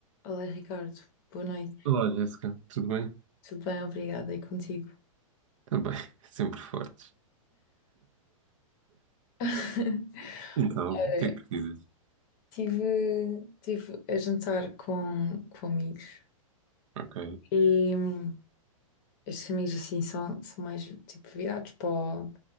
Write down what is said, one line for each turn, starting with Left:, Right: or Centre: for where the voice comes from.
Left: Olá, Ricardo. Boa noite.
Right: Olá, Jéssica, tudo bem?
Left: Tudo bem? Obrigada. E contigo?
Right: Também, <laughs> sempre fortes.
Left: <laughs>
Right: Então,
Left: Eh,
Right: o que é que dizes?
Left: Tive, tive a jantar com, com amigos
Right: Ok.
Left: e hum, estes amigos assim são, são mais tipo virados para o